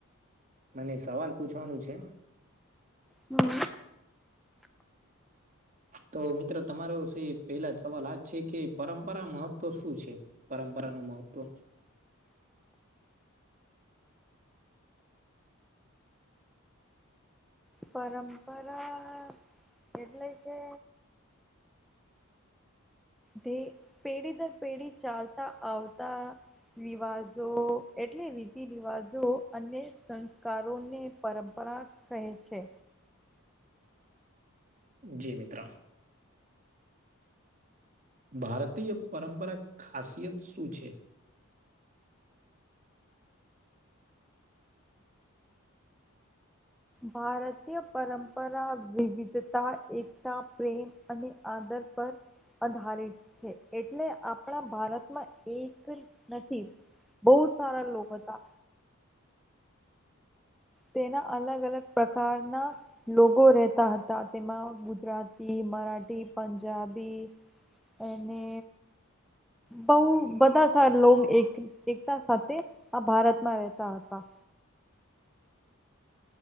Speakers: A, on the right; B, in the centre.
A: મને સવાલ પૂછવાનું છે
B: હમ્મ
A: તો મિત્ર તમારો શે પેલા સવાલ આજ છે કે પરંપરા મહત્વ શું છે પરંપરા નુ મહત્વ
B: પરંપરા એટલે કે તે પેઢી દર પેઢી ચાલતા આવતા રિવાશો એટલે રીતિ-રિવાશો અને સંસ્કારોને પરંપરા કહે છે.
A: જી મિત્ર ભારતીય પરંપરા ખાસિયત શું છે
B: ભારતીય પરંપરા વિવિધતા એકતા પ્રેમ અને આદર પર આધારિત છે એટલે આપણા ભારતમાં એક નથી બહુ સારા લોક હતા. તેના અલગ અલગ પ્રકારના લોકો રહેતા હતા તેમાં ગુજરાતી મરાઠી પંજાબી એને બઉ. બધા સાર લોક એક એકતા સાથે આ ભારતમાં રહેતા હતા.